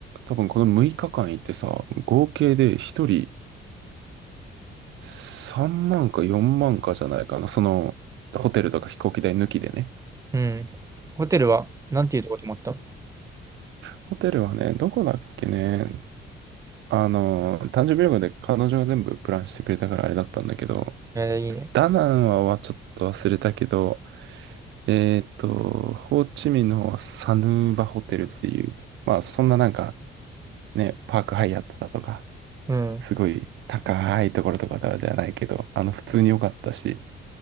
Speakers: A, on the right; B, on the right.
A: 多分この6日間行ってさ、合計で1人3万か4万かじゃないかな。その、ホテルとか飛行機代抜きでね。
B: うん。ホテルは、なんていうとこ泊まったの
A: ホテルはね、どこだっけね。あの、誕生日旅行で彼女が全部プランしてくれたからあれだったんだけど、
B: えー、いいね。
A: ダナンははちょっと忘れたけど、えっと、ホーチミンの方はサヌーバホテルっていう、まあそんななんかね、パークハイアットだとか、
B: うん。
A: すごい高いところとかではないけど、あの、普通に良かったし、